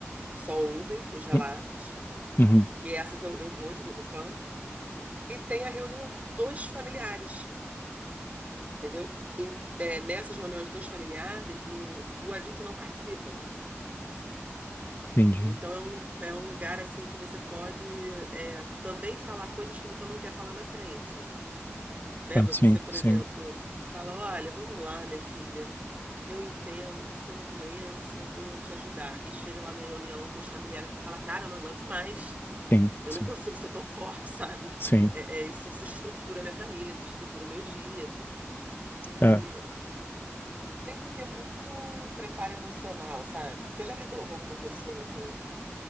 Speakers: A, on the right; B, on the left.
A: só ouvem os relatos.
B: Hum, Uhum,
A: E essas eu, eu vou de vez em quando. E tem a reunião dos familiares Entendeu? Em- é, nessas reuniões dos familiares, o, o adicto não participa.
B: entendi.
A: Então, é um, lu- é um lugar assim que você pode é, também falar coisas que você não quer falar na frente, né?
B: Ah,
A: Você,
B: sim,
A: por
B: sim,
A: exemplo, fala, olha, vamos lá, minha filha, eu entendo, você tem uma doença, eu vou te ajudar. E chega lá na reunião com os familiares e fala, cara, eu não aguento mais,
B: sim,
A: eu
B: sim,
A: não consigo ser tão <laughs> forte, sabe?
B: sim.
A: É, é, isso desestrutura minha família, desestrutura o meu dia. E
B: É.
A: tem que ter muito preparo emocional, sabe? Você já lidou com alguma pessoa com,